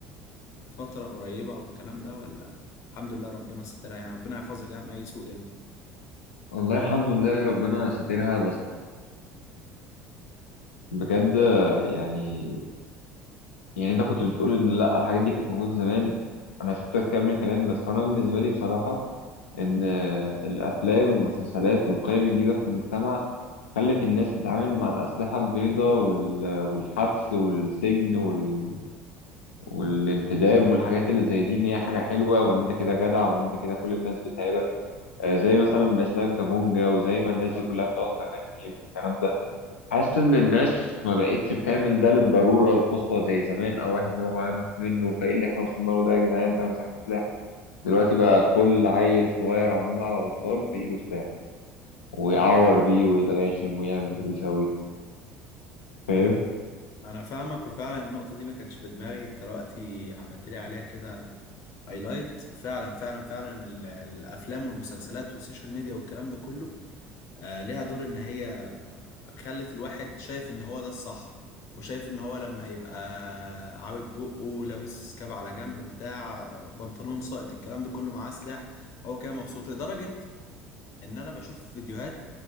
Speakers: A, on the left; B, on the left.
A: فترة قريبة او الكلام ده ولا الحمد لله ربنا سترها يعني ربنا يحفظك يعني من اي سوء يعني
B: والله الحمد لله ربنا ساترها بس بجد يعني يعني انت كنت بتقول ان لا الحاجات دي كانت موجودة زمان انا نسيت اكمل كلام بس انا بالنسبة لي بصراحة ان الافلام والمسلسلات والقيم الجديدة في المجتمع خلت الناس تتعامل مع الأسلحة البيضاء وال... والحبس والسجن وال... والانتداب والحاجات اللي زي دي إن هي حاجة حلوة وإن أنت كده جدع وإن أنت كده كل الناس بتهابك آه، زي مثلا إسلام كابونجا وزي ما الناس
A: اه
B: دي كلها بتقعد تغني والكلام ده حاسس إن الناس ما بقتش بتعمل ده للضرورة القصوى زي زمان أو واحد دماغه هب منه فإيه اللي إحنا وصلنا له ده يا جدعان أنت مسكت سلاح دلوقتي بقى كل عيل صغير عمال على بطال في إيده سلاح ويعور بيه ويتغاشم ويعمل ويسوي فاهم
A: انا فاهمك وفعلا النقطة دي ما كانتش في دماغي انت دلوقتي عملت لي عليها كده هايلايت فعلا فعلا فعلا ال- الافلام والمسلسلات والسوشيال ميديا والكلام ده كله آه ليها دور ان هي خلت الواحد شايف ان هو ده الصح وشايف ان هو لما يبقى عاوج بقه لابس كاب على جنب بتاع بنطلون ساقط الكلام ده كله معاه سلاح هو كده مبسوط لدرجة ان انا بشوف فيديوهات